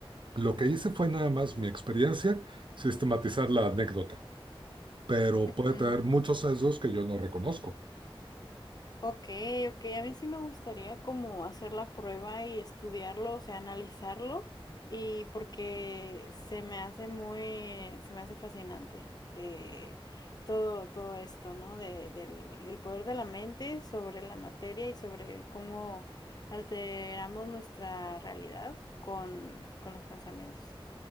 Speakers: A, on the right (about 60°); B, on the left (about 45°).
A: Lo que hice fue nada más mi experiencia, sistematizar la anécdota, pero puede
B: mm.
A: tener muchos sesgos que yo no reconozco.
B: Ok, ok, a mí sí me gustaría como hacer la prueba y estudiarlo, o sea, analizarlo, y porque se me hace muy, se me hace fascinante eh, todo, todo esto, ¿no? De- del, el poder de la mente sobre la materia y sobre cómo alteramos nuestra realidad con, con los pensamientos.